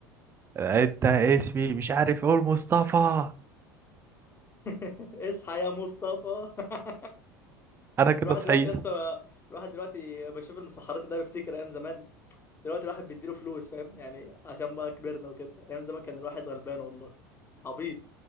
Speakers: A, on the right (about 25°); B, on the left (about 25°).
A: آه، انت اسمي مش عارف اقول مصطفى
B: <laughs> اصحى يا مصطفى <laughs>
A: انا كده
B: الواحد
A: صعيد
B: دلوقتي يا اسطى الواحد دلوقتي بشوف المسحرات ده بيفتكر ايام زمان دلوقتي الواحد بيديله فلوس فاهم يعني عشان بقى كبرنا وكده ايام زمان كان الواحد غلبان والله عبيط